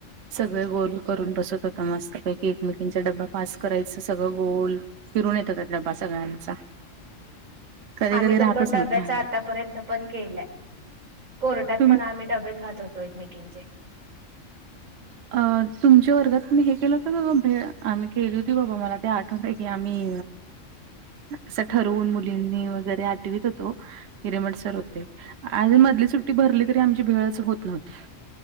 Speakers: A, on the right; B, on the right.
A: सगळे गोल करून बसत होतो मस्तपैकी... एकमेकींचा डबा पास करायचं सगळं गोल फिरून येत होता डब्बा... सगळ्यांचा. कधी
B: आम्ही
A: कधी
B: तर
A: राहतच
B: तो डब्याचा
A: नव्हता.
B: आतापर्यंत पण केलंय... कोर्टात
A: तुम्ही
B: पण आम्ही डबे खात होतो एकमेकींचे.
A: अ... तुमच्या वर्गात मी हे केलं होतं का गं भेळ? आम्ही केली होती बाबा... मला ते आठवतय की आम्ही असं ठरवून मुलींनी वगैरे... आठवीत होतो. हिरेमटसर होते. अगं मधली सुट्टी भरली तरी आमची भेळच होत नव्हती.